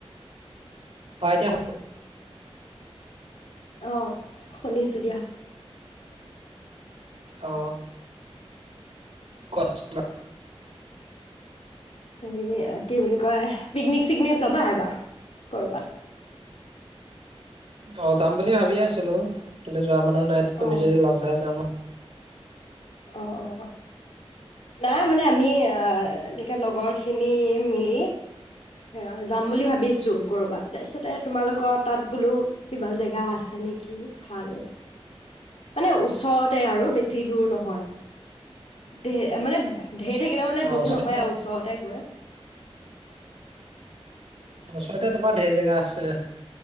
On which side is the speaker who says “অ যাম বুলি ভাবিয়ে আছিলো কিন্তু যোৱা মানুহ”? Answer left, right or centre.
Right